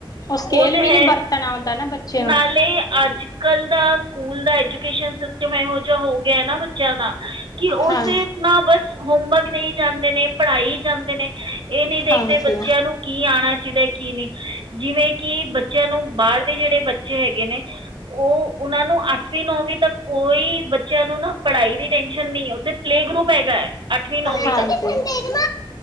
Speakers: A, on the left; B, on the right.
A: ਉਹ ਸਕੇਲ
B: ਉਹ ਤਾਂ
A: ਵੀ ਨੀ
B: ਹੈ
A: ਵਰਤਣਾ ਆਉਂਦਾ ਨਾ ਬੱਚੇ ਨੂੰ
B: ਨਾਲੇ ਅੱਜ ਕੱਲ੍ਹ ਦਾ ਸਕੂਲ ਦਾ ਐਜੂਕੇਸ਼ਨ ਸਿਸਟਮ ਇਹੋ ਜਿਹਾ ਹੋ ਗਿਆ ਨਾ ਬੱਚਿਆਂ ਦਾ ਕਿ ਉਸੇ
A: ਹਾਂ
B: ਨਾ ਬਸ ਹੋਮਵਰਕ ਦਇ ਜਾਂਦੇ ਨੇ ਪੜ੍ਹਾਈ ਹੀ ਜਾਂਦੇ ਨੇ ਇਹ ਨਹੀਂ ਦੇਖਦੇ
A: ਹਾਂਜੀ
B: ਬੱਚਿਆਂ
A: ਹਾਂਜੀ
B: ਨੂੰ ਕੀ ਆਉਣਾ ਚਾਹੀਦਾ ਕੀ ਨਹੀਂ ਜਿਵੇਂ ਕਿ ਬੱਚਿਆਂ ਨੂੰ ਬਾਹਰ ਦੇ ਜਿਹੜੇ ਬੱਚੇ ਹੈਗੇ ਨੇ ਉਹ ਉਹਨਾਂ ਨੂੰ ਅੱਠਵੀਂ ਨੌਵੀਂ ਤੱਕ ਕੋਈ ਬੱਚ ਬੱਚਿਆਂ ਨੂੰ ਨਾ ਪੜ੍ਹਾਈ ਦੀ ਟੈਨਸ਼ਨ ਨਹੀਂ ਉੱਥੇ ਪਲੇਅ ਗਰੁਪ ਹੈਗਾ ਏ ਅੱਠਵੀਂ ਨੌਵੀਂ
A: ਹਾਂਜੀ
B: ਤੱਕ